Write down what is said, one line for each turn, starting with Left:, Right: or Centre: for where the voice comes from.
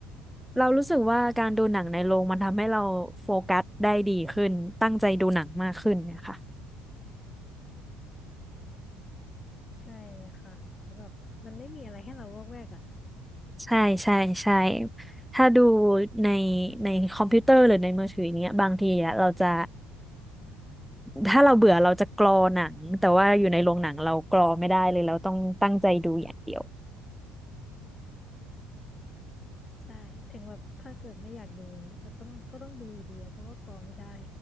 Centre: เรารู้สึกว่าการดูหนังในโรงมันทำให้เราโฟกัสได้ดีขึ้น ตั้งใจดูหนังมากขึ้นเนี่ยค่ะ
Left: ใช่เลยค่ะเพราะแบบมันไม่มีอะไรให้เราวอกแวกอ่ะ
Centre: ใช่ใช่ใช่ถ้าดูในในคอมพิวเตอร์หรือในมือถืออย่างเงี้ยบางทีอะเราจะถ้าเราเบื่อเราจะกรอหนังแต่ว่าอยู่ในโรงหนังเรากรอไม่ได้เลยเราต้องตั้งใจดูอย่างเดียว
Left: ใช่ถึงแบบถ้าเกิดไม่อยากดูเงี้ยก็ต้องก็ต้องดูอยู่ดีอะเพราะว่ากอไม่ได้